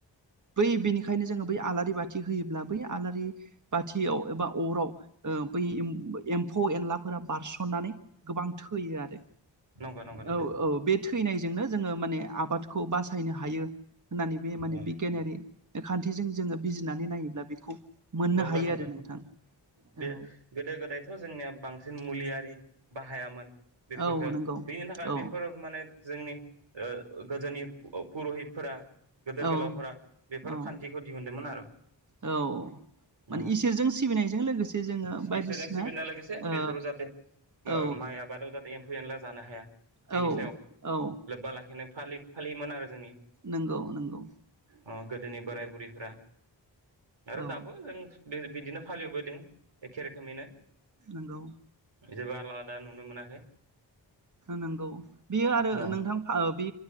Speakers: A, on the right; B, on the right.
A: बै बेनिखायनो जोङो बै आलारि बाथि होयोब्ला बै आलारि बाथियाव एबा अराव ओ बै एम्फौ एनलाफोरा बारसननानै गोबां थोयो आरो
B: नंगौ नंगौ नोंथां
A: औ औ बे थो थैनायजोंनो जोङो माने आबादखौ बा सायनो हायो होननानै बे माने
B: औ
A: बिगियानारि खान्थिजों जोङो बिजिरनानै नायोब्ला बेखौ मोननो
B: नंगौ
A: हायो
B: नंगौ
A: आरो नोंथां
B: बे
A: औ
B: गोदो गोदायथ' जोंनिया बांसिन मुलियारि बाहायामोन बेफोरखौ
A: औ नंगौ
B: बिनि थाखाय
A: औ
B: बेफोर माने जोंनि ओ गोदोनि पुर'हितफोरा गोदोर
A: औ
B: गोलावफोरा बेफोर
A: औ
B: खान्थिखौ दिहुनदोंमोन आरो
A: औ माने
B: औ
A: इसोरजों सिबिनायजों लोगोसे जोङो बायदिसिना
B: इसोरजों सिबिनाय लोगोसे
A: ओ
B: बेफोराव जाहाथे
A: औ
B: माइ आबादाव जाहाथे एम्फौ एनला जानो हाया बेनि
A: औ
B: सायाव
A: औ
B: लोब्बा लाखिना फालि फालियोमोन आरो जोंनि
A: नंगौ नंगौ
B: ओ गोदोनि बोराय बुरैफोरा आरो
A: औ।
B: दाबो जों बिदिनो फालिबोबायदों एखे रोखोमैनो।
A: नोंगौ।
B: जेबो आलादा नुनो मोनाखै।
A: नंगौ बेयो आरो
B: न
A: नोंथां फा बे